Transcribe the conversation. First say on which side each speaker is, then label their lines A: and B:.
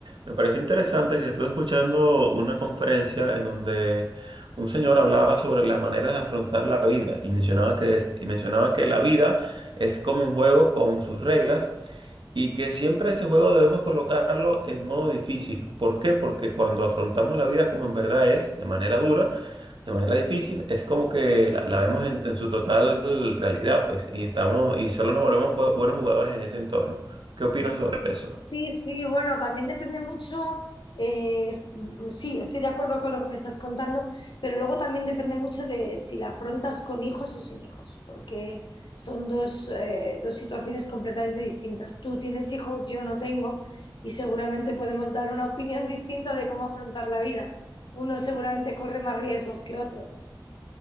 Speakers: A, on the right; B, on the left.
A: Me pareció interesante que estuve escuchando una conferencia en donde un señor hablaba sobre las maneras de afrontar la vida y mencionaba que, es- y mencionaba que la vida es como un juego con sus reglas y que siempre ese juego debemos colocarlo en modo difícil. ¿Por qué? Porque cuando afrontamos la vida como en verdad es, de manera dura, de manera difícil, es como que la, la vemos en, en su total realidad, pues, y estamos, y solo nos volvemos fue- buenos jugadores en ese entorno. ¿Qué opinas sobre eso?
B: Sí, sí, bueno, también depende mucho, eh, es- mm, sí, estoy de acuerdo con lo que me estás contando, pero luego también depende mucho de si la afrontas con hijos o sin hijos, porque son dos, eh, dos situaciones completamente distintas. Tú tienes hijos, yo no tengo, y seguramente podemos dar una opinión <laughs> distinta de cómo afrontar la vida. Uno seguramente corre más riesgos que otro.